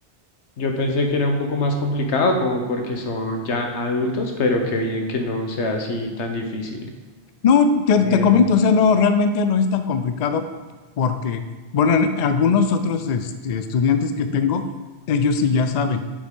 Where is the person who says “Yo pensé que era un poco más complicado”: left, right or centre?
Left